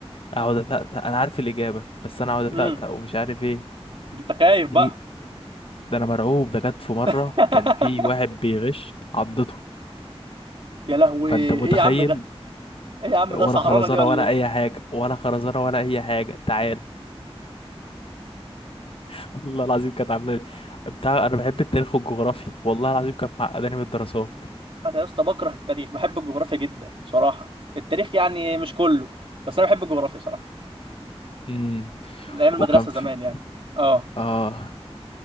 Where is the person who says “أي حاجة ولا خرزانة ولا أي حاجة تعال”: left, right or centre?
Left